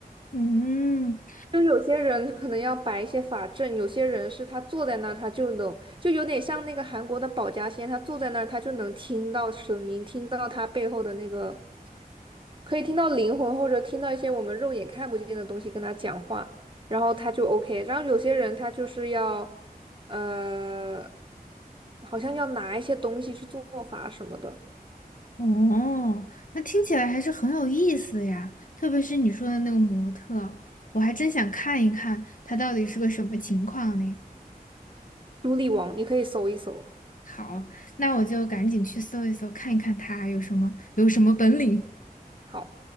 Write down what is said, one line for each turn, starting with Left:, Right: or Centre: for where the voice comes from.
Left: 嗯，
Right: 就有些人可能要摆一些法阵，有些人是他坐在那儿，他就能，就有点像那个韩国的保家仙，他坐在那儿，他就能听到声音，听到他背后的那个，可以听到灵魂或者听到一些我们肉眼看不见的东西跟他讲话，然后他就 OK。然后有些人他就是要，呃，好像要拿一些东西去做法什么的。
Left: 哦，那听起来还是很有意思呀，特别是你说的那个模特，我还真想看一看他到底是个什么情况呢。
Right: 朱莉王，你可以搜一搜。
Left: 好，那我就赶紧去搜一搜，看一看他有什么有什么本领。
Right: 好。